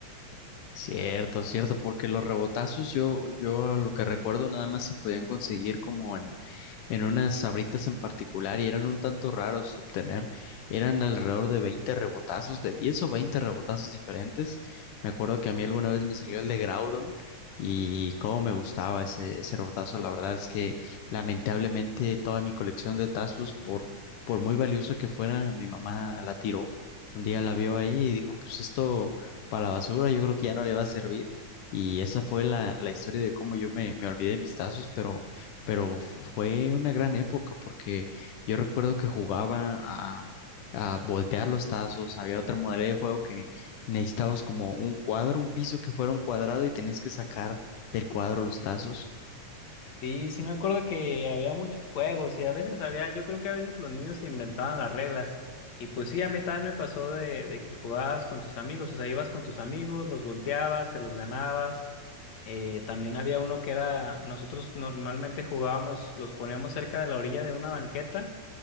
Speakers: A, on the left (about 90°); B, on the left (about 60°).
A: Cierto, cierto, porque los rebotazos yo, yo lo que recuerdo nada más se podían conseguir como en, en unas sabritas en particular y eran un tanto raros de obtener. Eran alrededor de 20 rebotazos, de 10 o 20 rebotazos diferentes. Me acuerdo que a mí alguna vez me salió el de Groudon y cómo me gustaba ese, ese rebotazo. La verdad es que lamentablemente toda mi colección de tazos, por, por muy valioso que fuera, mi mamá la tiró. Un día la vio ahí y dijo, pues esto para la basura, yo creo que ya no le va a servir. Y esa fue la, la historia de cómo yo me, me olvidé de mis tazos, pero, pero fue una gran época porque yo recuerdo que jugaba a, a voltear los tazos, había otra modalidad de juego que necesitabas como un cuadro, un piso que fuera un cuadrado y tenías que sacar del cuadro los tazos.
B: Sí, sí me acuerdo que había muchos juegos y a veces había, yo creo que a veces los niños se inventaban las reglas. Y pues sí, a mí también me pasó de, de que jugabas con tus amigos, o sea, ibas con tus amigos, los volteabas, te los ganabas. Eh, también había uno que era, nosotros normalmente jugábamos, los poníamos cerca de la orilla de una banqueta